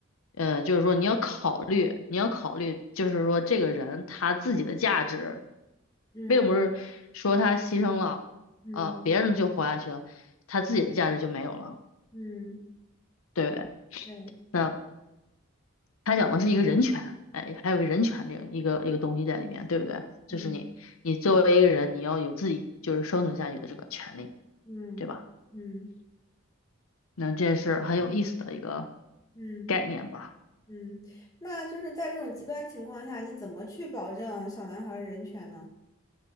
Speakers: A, on the left (about 85°); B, on the left (about 15°).
A: 呃，就是说你要考虑，你要考虑，就是说这个人他自己的价值，
B: 嗯
A: 并不是说他牺牲了，
B: 嗯
A: 呃，别人就活下去了，他自己的价值就没有了，
B: 嗯
A: 对不对？
B: 对，
A: 那他讲的是一个人权，哎，还有个人权这样一个一个东西在里面，对不对？就是你，
B: 嗯
A: 你作为一个人，你要有自己就是生存下去的这个权利，
B: 嗯嗯
A: 对吧？那这是很有意思的一个
B: 嗯
A: 概念吧？
B: 嗯，那就是在这种极端情况下，你怎么去保证小男孩儿的人权呢？